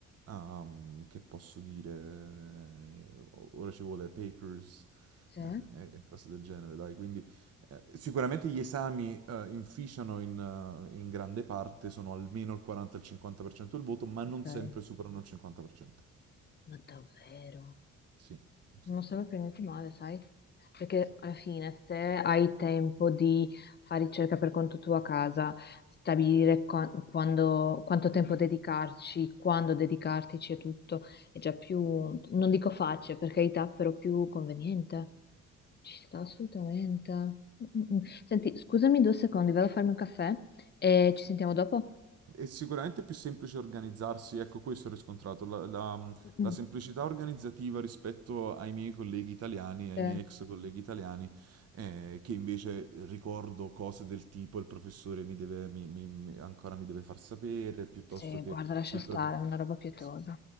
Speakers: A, on the right; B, on the left.
A: Ah, mm, che posso dire? Eh, o- Ora ci vuole papers
B: sì,
A: eh, e e cose del genere, dai. Quindi eh, sicuramente gli esami eh, inficiano in, eh, in grande parte, sono almeno il 40-50% del voto, ma non
B: ok,
A: sempre superano il 50%.
B: ma davvero,
A: Sì, sì,
B: non sembra per niente male, sai? Perché
A: sì.
B: alla fine, se hai tempo di fare ricerca per conto tuo a casa, stabilire qua- quando- quanto tempo dedicarci, quando dedicartici e tutto, è già più, non dico facile, per carità, però più conveniente. Ci sta assolutamente. Mm, mm, mm. Senti, scusami due secondi, vado a farmi un caffè e ci sentiamo dopo?
A: È sicuramente più semplice organizzarsi, ecco questo ho riscontrato, la, la-
B: Mm.
A: la semplicità organizzativa rispetto ai miei colleghi italiani, ai
B: Eh,
A: miei ex colleghi italiani, eh, che invece ricordo cose del tipo il professore mi deve, mi- mi- mi- ancora mi deve far sapere, piuttosto
B: Sì, guarda,
A: che
B: lascia
A: il
B: stare,
A: professore...
B: è una roba pietosa.
A: Sì,